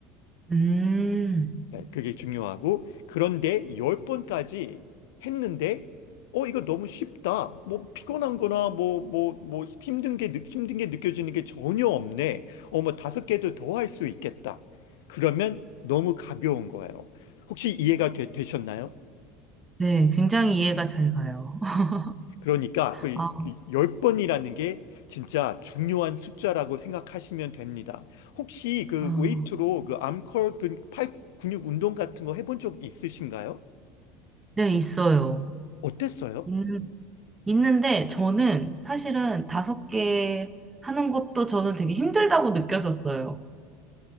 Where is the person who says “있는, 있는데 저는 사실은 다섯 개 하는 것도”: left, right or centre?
Right